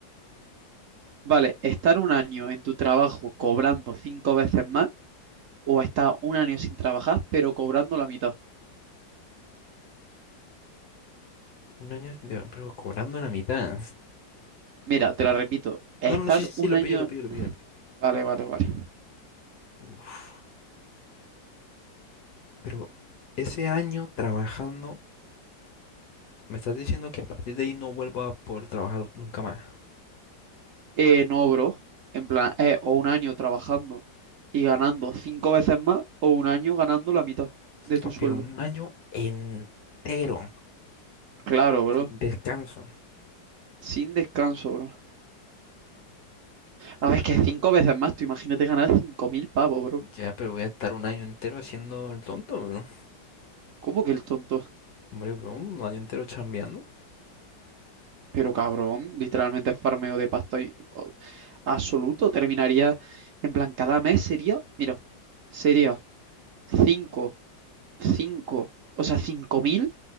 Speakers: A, on the right; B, on the left.
A: Vale, estar un año en tu trabajo cobrando cinco veces más o estar un año sin trabajar, pero cobrando la mitad.
B: Un año, de- pero cobrando la mitad.
A: Mira, te la repito, estar
B: No, no, no, sí, sí, sí,
A: un
B: lo
A: año,
B: pillo, lo pillo, lo pillo, lo pillo.
A: vale, vale, vale.
B: Uf, pero ese año trabajando, me estás diciendo que a partir de ahí no vuelvo a poder trabajar nunca más.
A: Eh, no, bro, en plan, eh, o un año trabajando y ganando cinco veces más, o un año ganando la mitad de tu
B: Ah,
A: sueldo.
B: Pero un año entero,
A: Claro, bro,
B: sin descanso.
A: sin descanso, bro. A ver, es que cinco veces más, tú imagínate ganar cinco mil pavos, bro.
B: Ya, pero voy a estar un año entero haciendo el tonto, bro.
A: ¿Cómo que el tonto?
B: Hombre, bro, un año entero chambeando.
A: Pero cabrón, literalmente es farmeo de pasta y- o- absoluto. Terminaría, en plan, cada mes sería, mira, sería cinco, cinco, o sea, cinco mil.